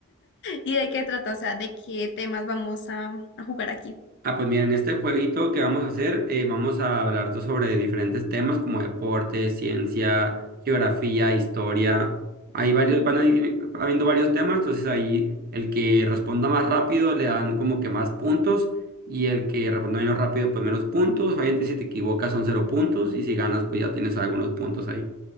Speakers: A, on the left (about 50°); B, on the right (about 40°).
A: ¿Y de qué trata? O sea, ¿de qué temas vamos a, a jugar aquí?
B: Ah, pues mira, en este jueguito que vamos a hacer, eh, vamos a hablar to- sobre diferentes temas como deporte, ciencia, geografía, historia. Hay varios,
A: Ujú.
B: van a ir habiendo varios temas, entonces ahí el que responda más rápido le dan como que más puntos y el que responda menos rápido pues menos puntos. Obviamente si te equivocas son cero puntos y si ganas pues ya tienes algunos puntos ahí.